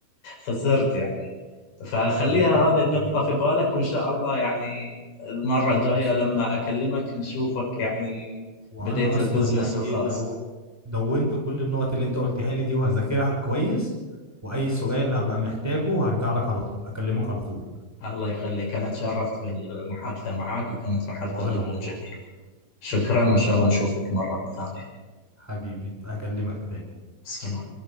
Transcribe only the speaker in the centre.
<laughs> ربنا
يعوض.
خلاص
وانا
اصلا
يعني
ايه دو... دونت كل النقط اللي انت قلتها لي دي وهذاكرها كويس واي سؤال هبقى محتاجه هرجع لك على طول اكلمك على طول
وانا
والله
حبيبي هكلمك تاني